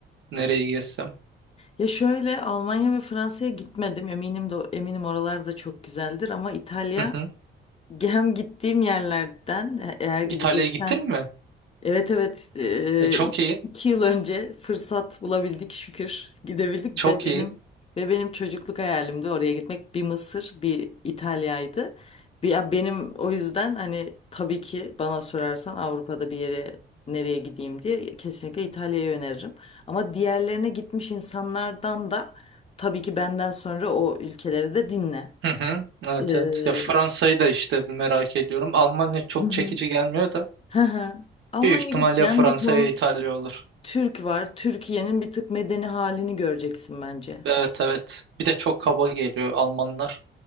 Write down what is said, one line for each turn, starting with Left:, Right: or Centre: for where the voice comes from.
Right: nereye gezsem.
Left: Ya şöyle Almanya ve Fransa'ya gitmedim. Eminim de eminim oralar da çok güzeldir ama İtalya
Right: Hı hı.
Left: Hem gittiğim yerlerden e- eğer gideceksen
Right: İtalya'ya gittin mi?
Left: evet evet e,
Right: E, çok iyi.
Left: iki yıl önce fırsat bulabildik şükür gidebildik
Right: Çok
Left: ve benim
Right: iyi.
Left: ve benim çocukluk hayalimdi oraya gitmek bir Mısır bir İtalya'ydı. Bir, ya benim o yüzden hani tabii ki bana sorarsan Avrupa'da bir yere nereye gideyim diye kesinlikle İtalya'yı öneririm. Ama diğerlerine gitmiş insanlardan da tabii ki benden sonra o ülkeleri de dinle.
Right: Hı hı. Evet
Left: Ee,
Right: evet. Ya Fransa'yı da işte merak ediyorum. Almanya çok
Left: <laughs>
Right: çekici gelmiyor da.
Left: Hı hı. Almanya'ya
Right: Büyük ihtimalle
Left: gideceksin
Right: Fransa'ya
Left: bir ton
Right: İtalya olur.
Left: Türk var. Türkiye'nin bir tık medeni halini göreceksin bence.
Right: Evet evet. Bir de çok kaba geliyor Almanlar.